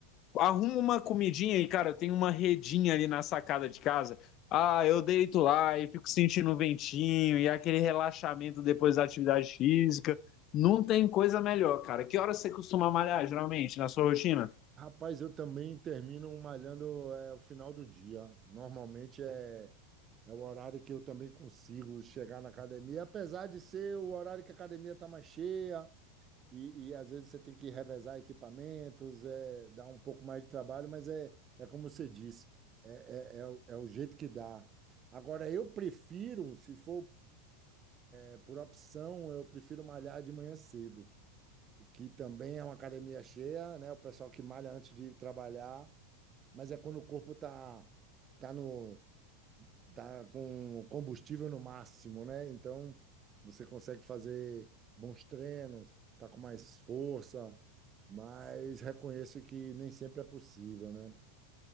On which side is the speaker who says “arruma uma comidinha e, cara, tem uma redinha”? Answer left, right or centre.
Left